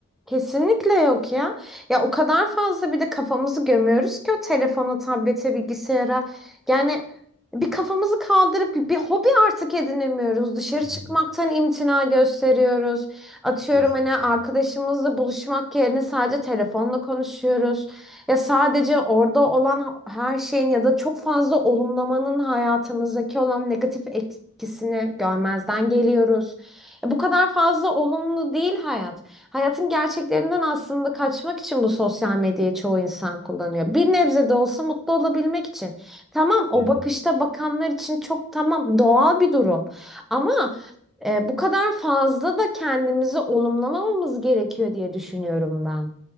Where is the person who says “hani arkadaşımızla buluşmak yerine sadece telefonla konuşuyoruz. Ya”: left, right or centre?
Centre